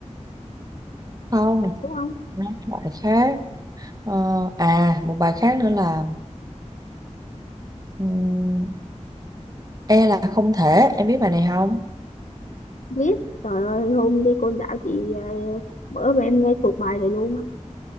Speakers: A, on the right; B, on the left.
A: Không,
B: đúng không
A: nó bài khác. Ờ, à, một bài khác nữa là ừm, E là không thể. Em biết bài này không?
B: biết trời ơi hôm đi côn đảo chị à, bữa mà em nghe thuộc bài này luôn á